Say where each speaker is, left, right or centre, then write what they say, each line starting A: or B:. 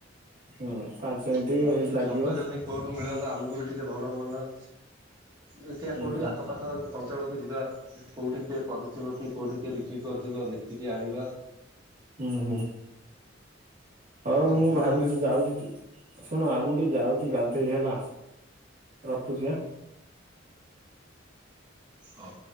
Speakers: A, on the right (about 45°); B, on the right (about 20°).
A: ହୁଁ ପାଞ୍ଚ ମିନିଟ
B: ଉଭା
A: ଏଇ
B: ଉଛି
A: ଲାଗିବ
B: ଛତୁ ଯଦି କେଉଁଠୁ ମିଳନ୍ତା ଆମକୁ ବି ଟିକେ ଭଲ ହୁଅନ୍ତା। ଦେଖିଆ
A: ହୁଁ
B: କୋଉଠି
A: ହୁଁ
B: ଆଖପାଖ ଅଞ୍ଚଳକୁ ଯିବା। କୋଉଠି କିଏ କରୁଥିବ କି କୋଉଠିିକଏ ବିକ୍ରି କରୁଥିବ ଦେଖ ଟିକେ ଆଣିବା।
A: ହୁଁ ହୁଁ। ହଉ
B: ଛତୁଟା
A: ମୁଁ ଭାବୁଛି
B: ବି
A: ଯାଉଛି ଚୁଟ୍ ଶୁଣ ଆମଁ ଟିକେ ଯାଉଛି ଗାଧୋଇ ହେଲା। ରଖୁଛି ଆଁ।
B: ହଉ।